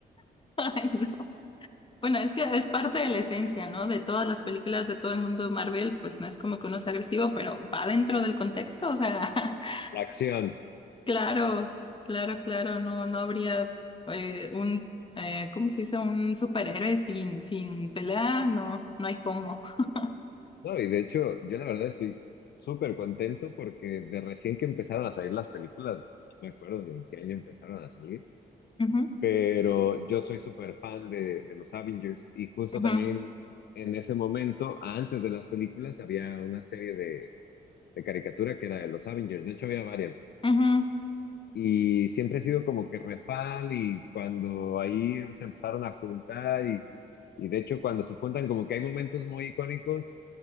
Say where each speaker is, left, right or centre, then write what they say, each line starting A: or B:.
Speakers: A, on the left; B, on the left.
A: <laughs> Ay, no. Bueno, es que es parte de la esencia, ¿no? De todas las películas de todo el mundo de Marvel, pues no es como que uno sea agresivo, pero va dentro del contexto, o sea, <laughs>
B: la acción.
A: claro, claro, claro, no, no habría eh, un, eh, ¿cómo se dice? Un superhéroe sin, sin pelea, no, no hay cómo. <laughs>
B: No, y de hecho, yo la verdad estoy súper contento porque de recién que empezaron a salir las películas, no me acuerdo de en qué año empezaron a salir,
A: Ujú,
B: pero yo soy súper fan de, de los Avengers y justo
A: ujú,
B: también en ese momento, antes de las películas, había una serie de, de caricatura que era de los Avengers, de hecho había varias
A: ujú.
B: y siempre he sido como que re fan y cuando ahí se empezaron a juntar y, y de hecho cuando se juntan como que hay momentos muy icónicos